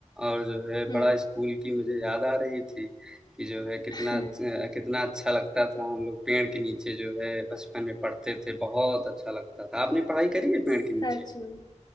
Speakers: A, in the centre; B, on the left.
A: और जो है
B: हम्म
A: बड़ा स्कूल की मुझे याद आ रही थी कि जो है कितना
B: <laughs>
A: अच कितना अच्छा लगता था हम लोग पेड़ के नीचे जो है बचपन में पढ़ते थे, बहुत अच्छा लगता था। आपने पढ़ाई करी है
B: सच
A: पेड़ के नीचे?
B: में